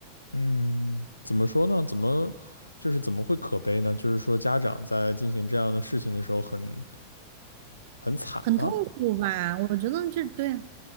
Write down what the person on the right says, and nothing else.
很痛苦吧？我觉得就是对啊，